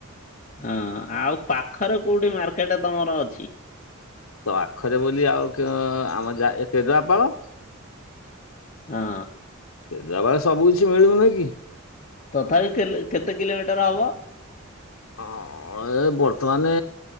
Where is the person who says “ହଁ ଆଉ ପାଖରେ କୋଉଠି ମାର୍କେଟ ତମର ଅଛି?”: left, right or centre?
Left